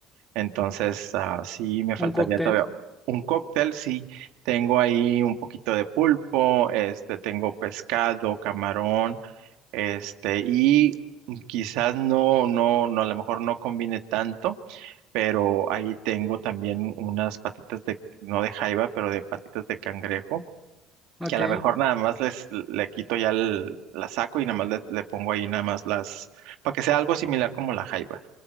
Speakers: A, on the right (about 75°); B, in the centre.
A: Entonces, ah, sí me faltaría
B: Un cóctel.
A: todavía un cóctel, sí. Tengo ahí un poquito de pulpo, este, tengo pescado, camarón, este, y quizás no, no, no, a lo mejor no combine tanto, pero ahí tengo también unas patitas de, no de jaiba, pero de patitas de cangrejo,
B: Ok.
A: que a lo mejor nada más les, le quito ya el- la saco y nada más le, le pongo ahí nada más las, para que sea algo similar como la jaiba.